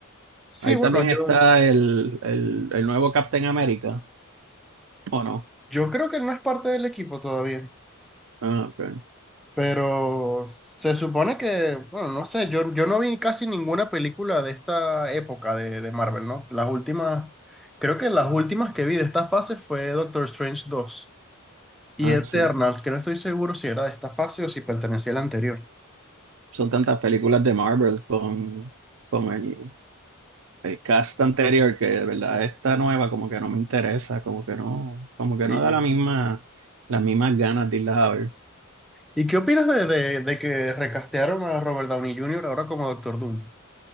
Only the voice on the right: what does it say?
Ahí
también
está el, el, el nuevo Captain America, ¿o no?
Ah, ok.
Ah,
sí.
son tantas películas de Marvel con, con el, el cast anterior que de verdad esta nueva como que no me interesa, como que no, como
que no da la
misma, las mismas ganas de irlas a ver.